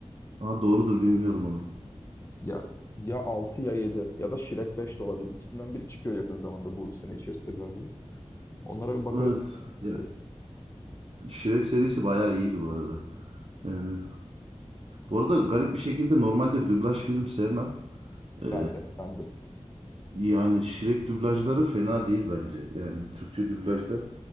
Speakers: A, on the right (about 55°); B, on the left (about 25°).
A: Aa, doğrudur bilmiyorum onu.
B: Ya ya 6 ya 7 ya da Shrek 5 de olabilir. İkisinden biri çıkıyor yakın zamanda bu sene içerisinde galiba. Onlara bir bakabilirim
A: Evet. Ya,
B: tabii.
A: Shrek serisi bayağı iyiydi bu arada. Yani, bu arada garip bir şekilde normalde dublaj film sevmem. Ee,
B: Ben de, ben de.
A: yani Shrek dublajları fena değil bence. Yani Türkçe dublajda